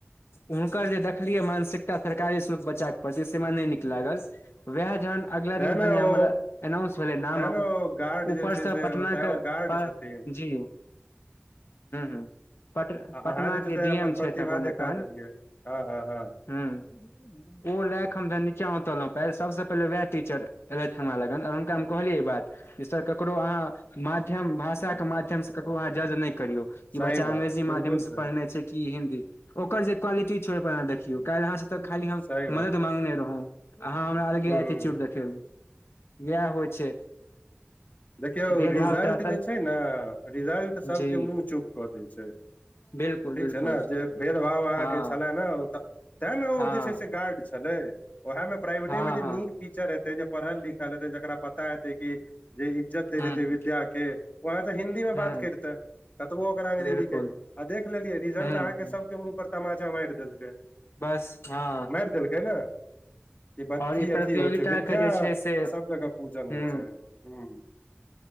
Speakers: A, on the left (about 80°); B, on the left (about 40°).
A: हुनकर जे देखलियै मानसिकता सरकारी इस्कूल के बच्चा के प्रति से हमरा नै निक लागल। वैह जहन अगला
B: तें
A: दिन
B: ने
A: भेने
B: ओ
A: हमर एनाउंस भेलै नाम
B: तें ने
A: आ
B: ओ गार्ड जे
A: ऊपरस
B: छै से
A: पटना
B: ओ तें
A: के
B: ओ गार्ड
A: पर
B: छथिन
A: जी हूं हूं। पट
B: आ
A: पटनाके
B: अहाँ जे छै से
A: डी
B: अपन
A: एम छथि
B: प्रतिभा
A: अपन
B: देखा
A: एखन
B: देलियै हँ हँ हँ
A: हूं। <unintelligible> ओ लै क हम जहन नीचाँ उतरलौं पै सबस पहिले वैह टीचर एलथि हमरा लग और हुनका हम कहलियै ई बात। जे सर ककरो अहाँ माध्यम भाषाके माध्यमसँ ककरो अहाँ जज नै करियौ। ई
B: सही
A: बच्चा
B: बात
A: अंग्रेजी
B: बिलकुल
A: माध्यम स
B: सही
A: पढ़ने छै कि हिन्दी ओकर जे क्वालिटी छै ओइ पर अहाँ देखियौ काइल अहाँ स त खाली हम
B: सही बात
A: मदद मांगने रहौं अहाँ हमरा अलगे
B: ह
A: एटिच्युड
B: ह
A: देखेलौं यैह होइ छै।
B: देखियौ
A: भेदभाव
B: रिजल्ट
A: तऽ असर
B: जे छै ने रिजल्ट
A: जी
B: सबके मुँह चुप कऽ दै छै।
A: बिलकुल
B: ठीक
A: बिलकुल
B: छै ने जे भेदभाव अहाँके
A: हँ
B: छलै ने ओ त तैं ने ओ
A: हँ
B: जे छै से गार्ड छलै ओहै मे प्राइवेटे
A: हँ
B: मे जे
A: हँ
B: नीक टीचर हेतै जे पढ़ल लिखल हेतै जेकरा पता हेतै कि जे ई इज्जत दैत
A: हूँ
B: हेतै विद्या के ओ अहाँ स हिन्दी मे
A: हूँ
B: बात करितेै। कतबो ओकरा अङ्ंग्रेजीके
A: बिलकुल
B: आ देख लेलियै रिजल्ट
A: हूँ
B: अहाँके सभके मुँह पर तमाचा मारि देलकै।
A: बस हँ।
B: मारि देलकै ने। ई बत
A: आओर
B: की
A: प्रतियोगिता
B: अथी होइ छै विद्या
A: के जे छै
B: के
A: से
B: सब जगह पूजन
A: हूँ
B: होइ छै। हूं।